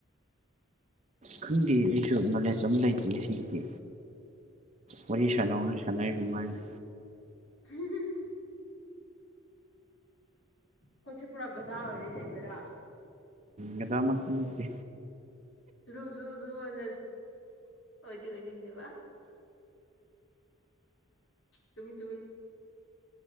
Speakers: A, on the right (about 35°); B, on the left (about 70°).
A: ꯈꯪꯗꯦ ꯑꯩꯁꯨ ꯅꯣꯂꯦꯖ ꯑꯃꯇ ꯂꯩꯇꯦ ꯁꯤꯖꯤꯒꯤ ꯋꯥꯔꯤ ꯁꯥꯟꯅꯧꯅ ꯁꯥꯟꯅꯔꯤꯕꯃꯥꯏꯅ
B: ꯑꯩꯈꯣꯏꯁꯦ ꯈꯣꯏꯁꯦ ꯄꯨꯔꯥ ꯒꯗꯥꯥ ꯑꯣꯏꯔꯦꯅꯦ ꯒꯗꯥꯥ
A: ꯒꯗꯥ ꯃꯛꯇꯤ ꯅꯠꯇꯦ
B: ꯂꯨ ꯨ ꯖꯨꯅ ꯑꯣꯏꯗꯤ ꯑꯣꯏꯅꯤꯡꯁꯦꯕ ꯆꯨꯝꯃꯤ ꯆꯨꯝꯃꯤ